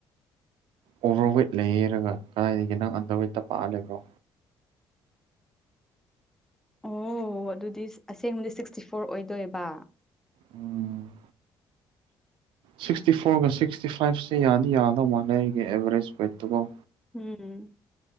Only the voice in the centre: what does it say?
ꯑꯣ ꯑꯗꯨꯗꯤ ꯑꯁꯦꯡꯕꯗꯤ ꯁꯤꯛꯁꯇꯤ ꯐꯣꯔ ꯑꯣꯏꯗꯣꯏꯕ
ꯎꯝ